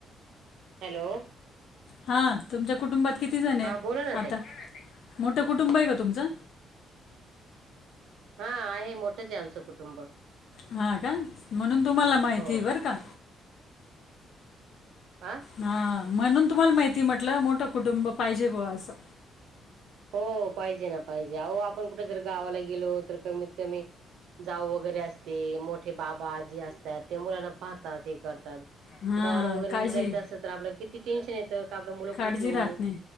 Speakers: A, on the right; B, on the left.
A: हॅलो.
B: हा तुमच्या कुटुंबात किती जण आहेत
A: हा बोला ना
B: आता
A: ताई
B: मोठं कुटुंब आहे का तुमचं?
A: हा आहे मोठंच आहे आमचं कुटुंब
B: हा का म्हणून तुम्हाला माहिती
A: हो
B: बर का?
A: आ
B: हा म्हणून तुम्हाला माहिती म्हटलं मोठं कुटुंब पाहिजे ब असं.
A: हो पाहिजे ना पाहिजे अहो आपण कुठे जर गावाला गेलो तर कमीत कमी जाऊ वगैरे असते मोठे बाबाजी असतात ते मुलांना पाहतात हे करतात.
B: हां
A: गावाला वगैरे
B: काळजी
A: जर जायचं असेल तर आपल्या किती टेन्शन येतं क आपलं मुलं
B: काळजी
A: कुठं ठेवू.
B: राहत नाही